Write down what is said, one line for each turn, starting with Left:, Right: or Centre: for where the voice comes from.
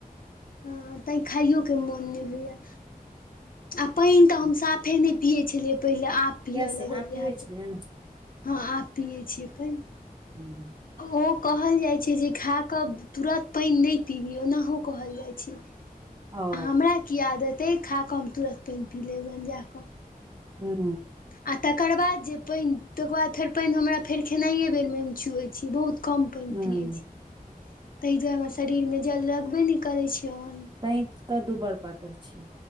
Left: हँ, तैँ खाइयोके मोन नहि होइए। आ पाइन तऽ हम साफे नहि पियैत छलियै पहिने आब।
Right: किया
Left: पीऽ
Right: से
Left: लगल
Right: आब पिबै
Left: या
Right: छी ने
Left: हँ आब पियै छी पाइन।
Right: हूँ।
Left: ओ कहल जाइत छै, जे खा कऽ तुरन्त पाइन नहि पीबी ओनाहो कहल जाइत छै।
Right: ओ
Left: हमरा कि आदत आइ खाकऽ हम तुरन्त पाइन पी लब गन जाकऽ।
Right: हू।
Left: आ तकर बाद जे पाइन तकर बाद फेर पाइन हमरा फेर खेनाइए बेरमे हम छुहैत छी बहुत। कम पाइन
Right: हूं
Left: पियै छी ताहि दुआरे हम शरीरमे जल लगबे नहि करै छै ओन।
Right: तैं तऽ दुबर पातर छी।